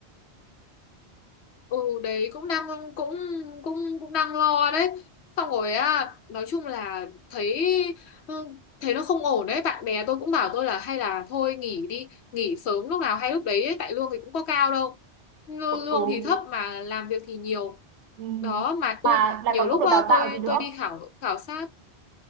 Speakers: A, on the left (about 70°); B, on the right (about 85°).
A: Ừ đấy cũng đang cũng cũng cũng đang lo đấy Xong rồi á Nói chung là thấy ừ, Thấy nó không ổn đấy Bạn bè tôi cũng bảo tôi là hay là thôi nghỉ đi Nghỉ sớm lúc nào hay lúc đấy ấy, Tại lương thì cũng có cao đâu Lương
B: ừ.
A: lương thì thấp mà làm việc thì nhiều
B: ừ.
A: đó mà
B: mà
A: ui
B: lại
A: nhiều
B: còn
A: lúc
B: không được
A: á,
B: đào
A: tôi
B: tạo gì nữa
A: tôi đi khảo khảo sát